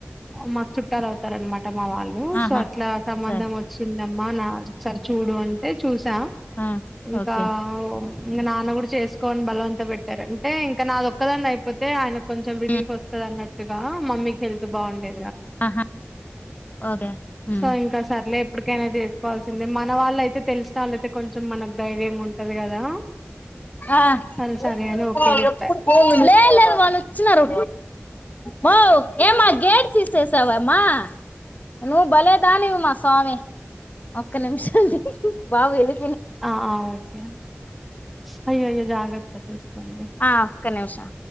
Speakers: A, in the centre; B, on the left (about 40°).
A: మా చుట్టారవుతారనమాట ట మా వాళ్ళు
B: ఆహా!
A: సో అట్లా సంబంధం
B: సరే.
A: వచ్చింది యమ్మా నాదొకసారి చూడు అంటే చూస్
B: ఆ!
A: ఇంకా
B: ఓకే.
A: ఒ ఇంకా నాన్న కూడా చేసుకో అని బలవంత పెట్టారు అంటే ఇంకా నాది ఒక్కదానిది అయిపోతే ఆయనకు కొంచెం రిలీఫ్
B: హ్మ్.
A: వస్తది అన్నట్టుగా మమ్మీకి హెల్త్ బాగుండే
B: ఆహా! ఓకే. హ్మ్.
A: సో ఇంకా సర్లే ఎప్పటికైనా చేసుకోవాల్సిందే మన వాళ్ళయితే తెలిసినళ్ళయితే కొంచెం మనకు ధైర్యంగుంటది కదా
B: ఆ
A: సరే
B: లేదు
A: సరే అని ఓకే చెప్పా
B: లేదు వాళ్లు వచ్చినారు మావ్ ఏమా గేట్ తీసేసావమ్మా నువ్వు భలేదానివి మా స్వామి ఒక్క నిమిషం బాబు ఏడు
A: ఆ ఆ ఓకే స్ అయ్యో అయ్యో జాగర్ త చూస్కోండి
B: ఆ! ఒక్క నిమిషం